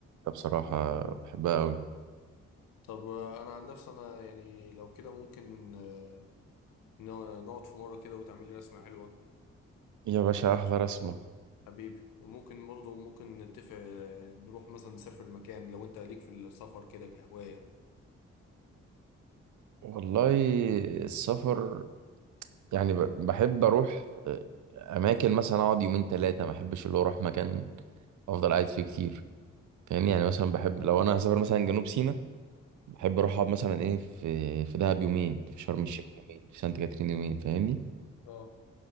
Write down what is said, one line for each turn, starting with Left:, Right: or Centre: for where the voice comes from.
Right: بصراحه بحبها قوي
Left: طب آه، انا عن نفسي انا يعني لو كده ممكن آه، ن- نقعد في مرة كده وتعمل لي رسمة حلوة
Right: يا باشا احلى رسمه
Left: اه حبيبي وممكن برضه ممكن نتفق آه، نروح مثلا نسافر مكان لو انت ليك في السفر كده كهواية
Right: والله السفر يعني ب- بحب اروح آه، اماكن مثلا اقعد يومين ثلاثه ما بحبش اللي هو اروح مكان افضل قاعد فيه كتير فاهمني يعني مثلا بحب لو انا هسافر مثلا جنوب سيناء بحب اروح اقعد مثلا ايه في في دهب يومين في شرم الشيخ يومين في سانت كاترين يومين فاهمني
Left: اه